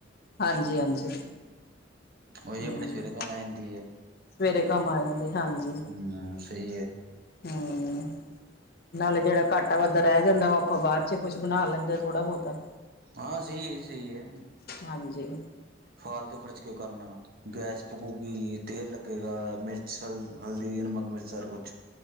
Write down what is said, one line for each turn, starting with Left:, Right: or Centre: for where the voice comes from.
Left: ਹਾਂਜੀ ਹਾਂਜੀ
Right: ਉਹੀ
Left: ਹੂੰ
Right: ਆਪਣੇ ਸਵੇਰੇ ਕਮਾਈਣ ਦੀਏ
Left: ਸਵੇਰੇ ਕੰਮ ਆ ਜਾਂਦੇ ਹਾਂਜੀ,
Right: ਹੂੰ ਸਹੀ ਹੈ
Left: ਹੂੰ ਨਾਲੇ ਜਿਹੜਾ ਘਾਟਾ ਵੱਧਦਾ ਰਹਿ ਜਾਂਦਾ ਉਹ ਆਪਾਂ ਬਾਅਦ ਚ ਕੁੱਛ ਬਣਾ ਲੈਂਦੇ ਥੋੜਾ ਬਹੁਤਾ
Right: ਹਾਂ ਸਹੀ ਹੈ ਜੀ, ਸਹੀ ਹੈ।
Left: ਹਾਂਜੀ,
Right: ਫਾਲਤੂ ਖਰਚ ਕਿਉਂ ਕਰਨਾ ਗੈਸ ਫਕੂਗੀ ਤੇਲ ਲੱਗੇਗਾ, ਮਿਰਚ ਹਲਦੀ, ਨਮਕ, ਮਿਰਚ ਸਾਰਾ ਕੁਛ